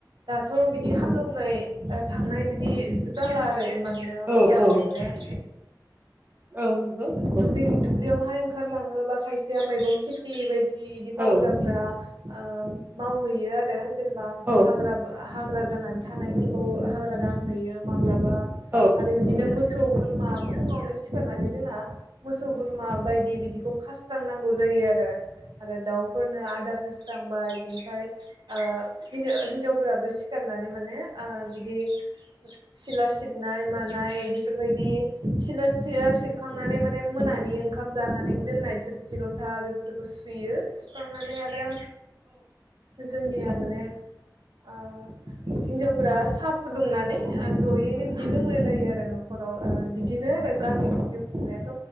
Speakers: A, on the right; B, on the right.
A: दाथ बिदि हालेवनाय थांनाय बिदि। जाला रै मानो
B: औ
A: अब्लाबो
B: औ
A: माने <inaudible>
B: औ नंगौ
A: ओ
B: औ
A: दुबलिन दुबलियावहाय। खारलाङोबा खायसेया मैगं खेथि बायदि दि इदि मावग्राफ्रा
B: औ
A: ओ मावहैयो आरो जेनबा
B: औ
A: हाग्राबा हाग्रा जानानै थानायफोरखौ हाग्रा दांहैयो। माब्लाबा
B: औ नंगौ औ
A: आरो बिदिनो मोसौ बोर बोरमा फुङावनो सिखारनानै जोंना मोसौ बोरमा बायदि बिदि खौ खास्रांनांगौ जायो आरो आरो दाउफोरनो आदार होस दांबाय बिनिफाय ओ हिनजा-हिनजावफोराबो सिखारनानै माने ओ बिदि <unintelligible> सिला सिबनाय मानाय बेफोरबायदि सिला सिला सिबखांनानै माने मोनानि ओंखाम जानानै दोननाय थोरसि लथा बेफोरखौ सुयो सुखांनानै आरो जोंनिया माने ओ हिनजाव फोर साहा फुदुंनानै जयैनो बिदि लोंलायलायो आरो <unintelligible> न'खराव बिदिनो आरो गामिनि जिउ खुंनायाथ